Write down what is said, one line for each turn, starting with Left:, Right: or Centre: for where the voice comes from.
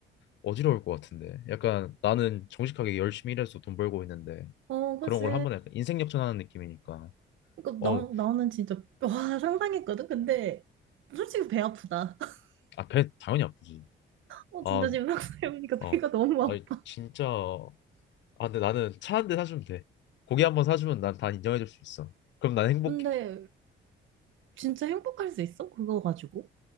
Left: 어지러울 것 같은데. 약간 나는 정직하게 열심히 일해서 돈 벌고 있는데
Right: 어, 그지.
Left: 그런 걸 한 번에 약간 인생 역전하는 느낌이니까.
Right: 그러니까
Left: 어,
Right: 나, 나는 진짜 <laughs> 와, 상상했거든. 근데 솔직히 배 아프다. <laughs>
Left: 아, 배 당연히 아프지.
Right: 어,
Left: 아,
Right: 진짜 지금 막상 해보니까 배가
Left: 어,
Right: 너무 아파.
Left: 아, 진짜. 아, 근데 나는 차 한 대 사주면 돼. 고기 한 번 사주면 난 다 인정해줄 수 있어. 그럼 난 행복해.
Right: 근데 진짜 행복할 수 있어? 그거 가지고?